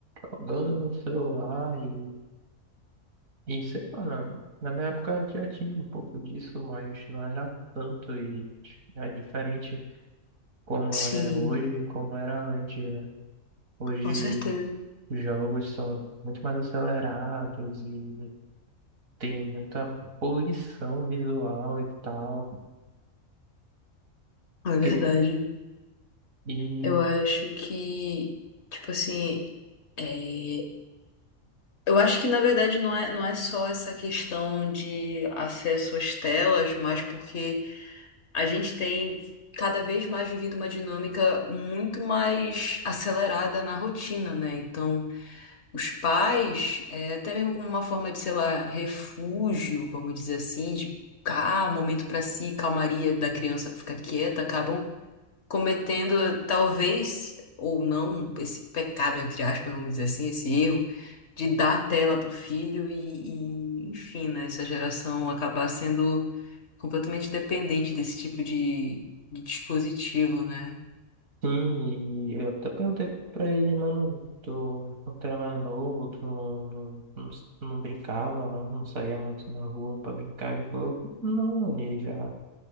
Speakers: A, on the right; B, on the left.
A: jogando no celular e, e sei lá, na, na minha época já tinha um pouco disso, mas não era tanto e é diferente como
B: Sim,
A: é hoje e como era antes, né? Hoje
B: com certeza.
A: os jogos são muito mais acelerados e tem muita poluição visual e tal.
B: É verdade.
A: Que, e
B: Eu acho que, tipo assim, é, eu acho que na verdade não é, não é só essa questão de acesso às telas, mas porque. a gente tem cada vez mais vivido uma dinâmica muito mais acelerada na rotina, né? Então, os pais, eh, até mesmo como uma forma de, sei lá, refúgio, vamos dizer assim, de cá, momento para si, calmaria da criança pra ficar quieta, acabam cometendo talvez ou não esse pecado, entre aspas, vamos dizer assim, esse erro de dar tela para o filho e, e, enfim, né, essa geração acabar sendo completamente dependente desse tipo de, de dispositivo, né?
A: sim, e eu até perguntei pra ele, mano, tu quando tu era mais novo, tu não, não, não brincava, não, não saía muito na rua pra brincar. Ele falou, não, ele já.